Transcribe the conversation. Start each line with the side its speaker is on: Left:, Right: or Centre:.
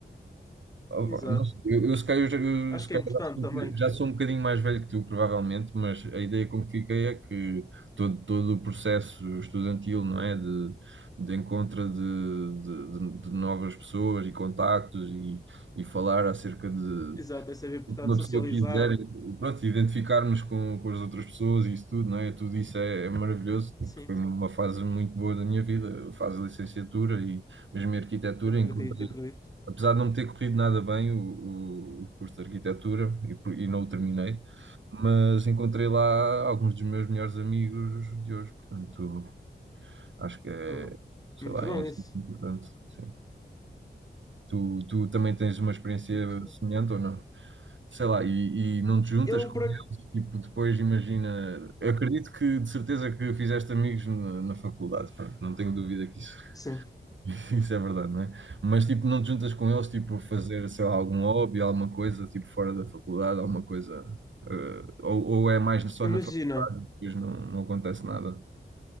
Right: Ah, opa,
Left: Exato.
Right: não sei, eu, eu se calhar, já- eu,
Left: Acho
Right: se
Left: que
Right: calhar
Left: é importante
Right: já sou,
Left: também.
Right: um bocadinho- já sou um bocadinho mais velho que tu, provavelmente, mas a ideia com que fiquei é que todo, todo o processo estudantil, não é? De, de encontro de, de, de de novas pessoas e contactos e, e falar acerca de,
Left: Exato, é sempre importante
Right: o que uma
Left: socializar.
Right: pessoa quiser, e, pronto, identificarmos com, com as outras pessoas e isso tudo, não é? Tudo isso é, é maravilhoso. Tipo,
Left: Sim,
Right: Foi uma fase muito boa da minha vida, a fase de licenciatura e mesmo em arquitetura.
Left: acredito,
Right: Encontrei,
Left: acredito.
Right: apesar de não me ter corrido nada bem o, o, o curso de arquitetura e, por- e não o terminei, mas encontrei lá alguns dos meus melhores amigos de hoje. Portanto, acho que é,
Left: Uhum.
Right: sei
Left: Muito
Right: lá,
Left: bom
Right: é assim
Left: isso.
Right: importante, sim. Tu, tu também tens uma experiência
Left: Muito bom.
Right: semelhante ou não? sei lá, e, e não te juntas
Left: Eu
Right: com
Left: por
Right: eles,
Left: ac...
Right: tipo, depois imagina. Eu acredito que de certeza que fizeste amigos na, na faculdade, pronto, não tenho dúvida que isso,
Left: Sim.
Right: <laughs> isso é verdade, não é? Mas tipo, não te juntas com eles, tipo, a fazer, sei lá, algum hobby, alguma coisa, tipo, fora da faculdade, alguma coisa. eh, ou, ou é mais só
Left: Imagina,
Right: na faculdade, depois não, não acontece nada.